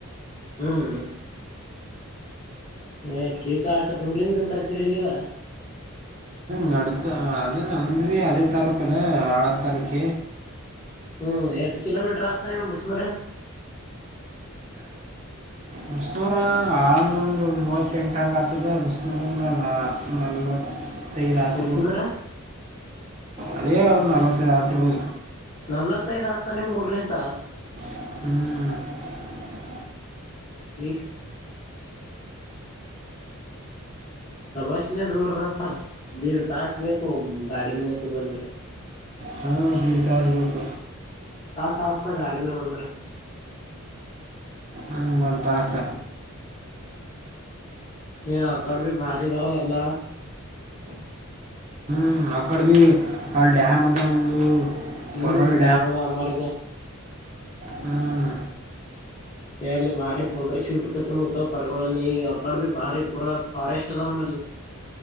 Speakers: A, on the left (about 20°); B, on the right (about 30°).
A: ಹ್ಮ್ ಏ ೀಕ ಆಟ ದೂರಿಂದ ತರಚರಿ ಇಲ್ಲಿಗ
B: ನತ ಅದು ನಂಬಿ ಅದೇ ತಾಲೂಕಲ್ಲ ಆಳಾ ತಾಲೂಕ
A: ಹ್ಮ್ ಎಷ್ಟ ಕಿಲೋಮೀಟರ್ ಆತ ಬಸನ ರ
B: ಬಿಸನೂರು ಆಳಂದೊಂದು ಮೂವತ್ತೆಂಟು ಹಂ ಆಗ್ತದೆ ಬಿಸನೂರಂದ ನಾ ನಲ್ವತ್ತು ಐದುಆಾತ್ರಿ
A: ಮುಸ್ನೂರ
B: ಅದೇ ಒ ನಲ ರಾತ್ರಿರು
A: ನಲವತ್ತೈದ್ ಆತ ನಿಮ ಮೂರ್ ನಿಂತ
B: ಹ್ಮ್
A: ಕ ತಭಾಷನ ಜೋರ ಜಾ ದೇಡ್ ತಾಾಸ ಬೇಕು ಗಾಡಿ ಮ ಸುಂದ್ರ
B: ಹಾ ಬ ದಾಸ ಗುಪ
A: ಹ ಗಾಡಿ ಮ ಬಂದರ
B: ಹ್ಮತ್ತಾಸ
A: ಹ ಕಡೆ ಭ ಭಾರಿಿದಾವ ಎಲ್ಲ
B: ಹ್ಮ ಅಕ್ಕಡ ಭ ಆಳ ಡ್ಯಾಮ್ ಅಂತ ಒಂದು
A: ಹ್ಮ್
B: ಕೊರಳಿ
A: ಇಾಮದ ಅಮಾರಜಾ
B: ಹ್ಮ್
A: ಅಲ್ಲಿ ಭಾರಿ ಪಟ ಶೂಟ್ ಕತ ಪರ್ಗಗಳಲ್ಲಿ ಅ ಕಡೆ ಭ ಭಾರಿ ಪೂರಾ ಫಾರೆಸ್ಟ್ ಅದ ಅಂಗಡಲ್ಲಿ